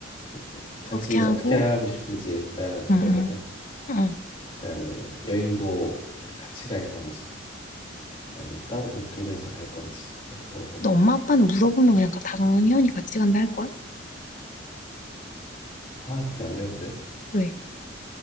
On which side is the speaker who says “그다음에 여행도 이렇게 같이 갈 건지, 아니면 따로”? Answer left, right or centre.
Left